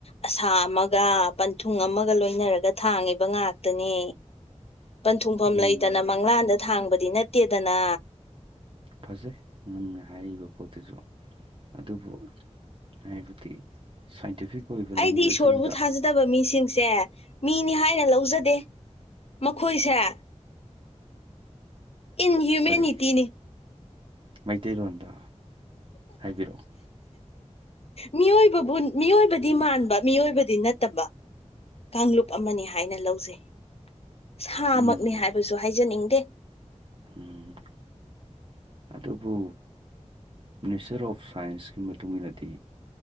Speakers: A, on the left; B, on the right.
A: ꯑꯁꯥ ꯑꯃꯒ ꯄꯟꯊꯨꯡ ꯑꯃꯒ ꯂꯣꯏꯅꯔꯒ ꯊꯥꯡꯉꯤꯕ ꯉꯥꯛꯇꯅꯦ ꯄꯟꯊꯨꯡꯐꯝ
B: ꯎꯝ
A: ꯂꯩꯇꯅ ꯃꯪꯂꯥꯟꯗ ꯊꯥꯡꯕꯗꯤ ꯅꯠꯇꯦꯗꯅ
B: ꯐꯖꯩ ꯅꯪꯅ ꯍꯥꯏꯔꯤꯕ ꯄꯣꯠꯇꯨꯁꯨ ꯑꯗꯨꯕꯨ ꯍꯥꯏꯕꯗꯤ ꯁꯥꯏꯟꯇꯤꯐꯤꯛ ꯑꯣꯏꯕ
A: ꯑꯩꯗꯤ
B: ꯂꯦꯡꯒ꯭ꯋꯦꯖ
A: ꯏꯁꯣꯔꯕꯨ
B: ꯑꯗꯨꯗ
A: ꯊꯥꯖꯗꯕ ꯃꯤꯁꯤꯡ ꯁꯦ ꯃꯤꯅꯤ ꯍꯥꯏꯅ ꯂꯧꯖꯗꯦ ꯃꯈꯣꯏꯁꯦ ꯏꯟꯍ꯭ꯌꯨꯃꯦꯅꯤꯇꯤꯅꯤ
B: ꯀꯔꯤ ꯃꯩꯇꯩꯂꯣꯟꯗ ꯍꯥꯏꯕꯤꯔꯛꯑꯣ
A: ꯃꯤꯑꯣꯏꯕꯕꯨ ꯃꯤꯑꯣꯏꯕꯗꯤ ꯃꯥꯟꯕ ꯃꯤꯑꯣꯏꯕꯗꯤ ꯅꯠꯇꯕ ꯀꯥꯡꯂꯨꯞ ꯑꯃꯅꯤ ꯍꯥꯏꯅ ꯂꯧꯖꯩ ꯁꯥꯃꯛꯅꯤ
B: ꯎꯝ
A: ꯍꯥꯏꯕꯁꯨ ꯍꯥꯏꯖꯅꯤꯡꯗꯦ
B: ꯎꯝ ꯑꯗꯨꯕꯨ ꯃꯤꯅꯤꯁꯇꯔ ꯑꯣꯐ ꯁꯥꯏꯟꯁꯀꯤ ꯃꯇꯨꯡ ꯏꯟꯅꯗꯤ